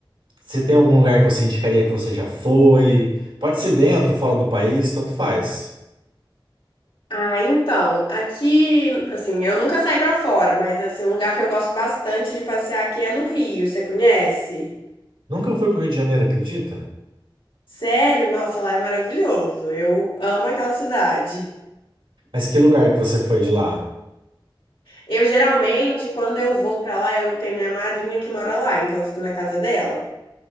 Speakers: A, on the right; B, on the left.
A: Você tem algum lugar que você indicaria que você já foi? Pode ser dentro, fora do país, tanto faz.
B: Ah, então, aqui, assim, eu nunca saí pra fora, mas assim, um lugar que eu gosto bastante de passear aqui é no Rio, você conhece?
A: Nunca fui pro Rio de Janeiro, acredita?
B: Sério? Nossa, lá é maravilhoso. Eu amo aquela cidade.
A: Mas que lugar que você foi de lá?
B: Eu geralmente, quando eu vou pra lá, eu tenho minha madrinha que mora lá, então eu fico na casa dela.